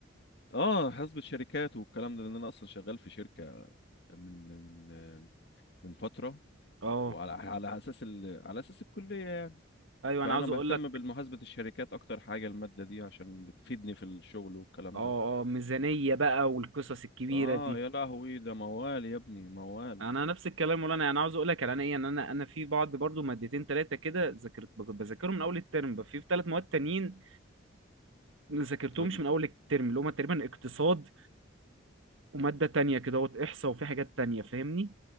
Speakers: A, on the left (about 55°); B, on the right (about 80°).
A: اه حاسبة شركات والكلام ده لان انا اصلا شغال في شركه من من من فتره
B: اه
A: وعلى على اساس ال... على اساس الكليه يعني
B: ايوه
A: فانا
B: انا عاوز
A: بهتم
B: اقول لك
A: بالمحاسبه الشركات اكتر حاجه الماده دي عشان بتفيدني في الشغل والكلام
B: اه
A: ده
B: اه ميزانية بقى والقصص الكبيرة
A: اه
B: دي
A: يا لهوي ده موال يا ابني موال
B: انا نفس الكلام ولا انا انا عاوز اقول لك على انا ايه ان انا انا في بعض برضو مادتين ثلاثه كده ذاكرت بذاكرهم من اول الترم بقى في ثلاث مواد تانيين ذاكرتهمش
A: تلات م-
B: من اول الترم اللي هما تقريبا اقتصاد وماده تانية كده وات احصاء وفي حاجات تانية فاهمني